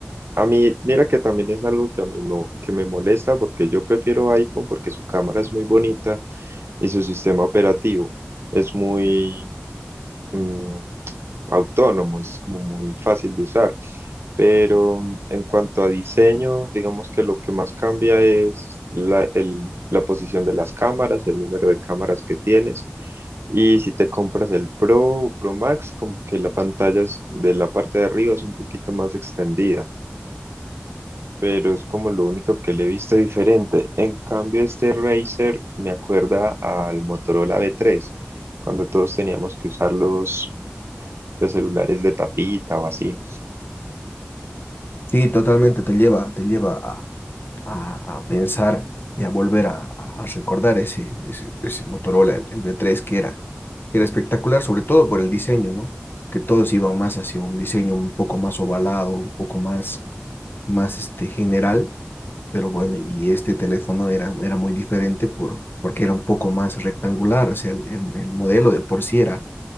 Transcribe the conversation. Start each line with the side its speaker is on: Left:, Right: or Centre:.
Right: a mí, mira que también es algo que a mí mo- que me molesta porque yo prefiero iPhone porque su cámara es muy bonita y su sistema operativo es muy mm, autónomo, es como muy fácil de usar. Pero mm, en cuanto a diseño, digamos que lo que más cambia es la, el- la posición de las cámaras, el número de cámaras que tienes. Y si te compras el Pro o Pro Max, como que la pantalla es- de la parte de arriba es un poquito más extendida, pero es como lo único que le he visto diferente. En cambio, este Razer me acuerda al Motorola V3, cuando todos teníamos que usar los, los celulares de tapita o así.
Left: Sí, totalmente te lleva, te lleva a, a, a pensar y a volver a, a a recordar ese, ese, ese Motorola, el, el V3, que era, que era espectacular, sobre todo por el diseño, ¿no? Que todos iban más hacia un diseño un poco más ovalado, un poco más más este, general, pero bueno, y este teléfono era, era muy diferente por, porque era un poco más rectangular, o sea, el, el- el modelo de por sí era,